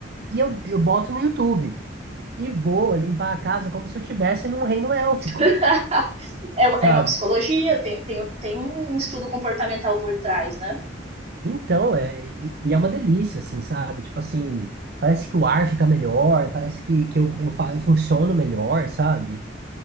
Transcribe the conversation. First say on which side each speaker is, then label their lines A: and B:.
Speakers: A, on the right; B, on the right.
A: e eu, eu boto no YouTube, e vou limpar a casa como se eu estivesse num reino élfico,
B: <laughs> É,
A: sabe?
B: é uma psicologia, tem, tem, tem um estudo comportamental por trás, né?
A: Então, é, e e é uma delícia, assim, sabe? Tipo assim, parece que o ar fica melhor, parece que, que eu, eu, fa- eu funciono melhor, sabe?